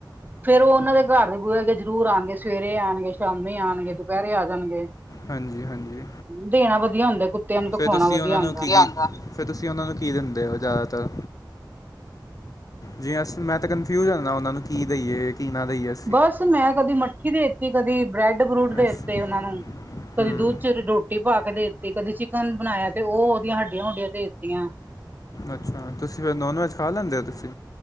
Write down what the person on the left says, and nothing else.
ਹਾਂਜੀ, ਹਾਂਜੀ।
ਫਿਰ
ਤੁਸੀਂ
ਉਹਨਾਂ ਨੂੰ
ਕੀ ਕੀ ਆਂਦਾ ਫਿਰ ਤੁਸੀ ਓਨਾਂ ਨੂੰ ਕੀ ਦਿੰਦੇ ਓ ਜੈਦਾਤਰ ਜੀ ਅਸ ਮੈਂ ਤਾਂ ਕਨਫਯੁਜ ਹੋ ਜਾਂਨਾ, ਓਨਾ ਨੂੰ ਕੀ ਦਈਏ, ਕੀ ਨਾ ਦੇਈਏ।
ਅੱਛਾ
ਹੂੰ
ਅੱਛਾ, ਤੁਸੀ ਫੇਰ ਨੋਨਵੈਜ ਖਾ ਲੈਂਦੇ ਓ ਤੁਸੀ